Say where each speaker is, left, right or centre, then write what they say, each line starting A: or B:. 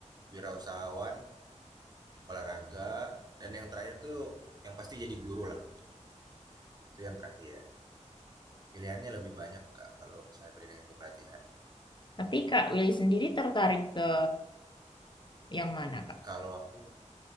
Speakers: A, on the right; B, on the left.
A: wirausahawan olahraga dan yang terakhir tuh yang pasti jadi guru lah. Itu yang terakhir. Pilihannya lebih banyak Kak kalau misalnya pendidikan kepelatihan.
B: Tapi Kak Willy sendiri tertarik ke yang mana, Kak?
A: Kalau aku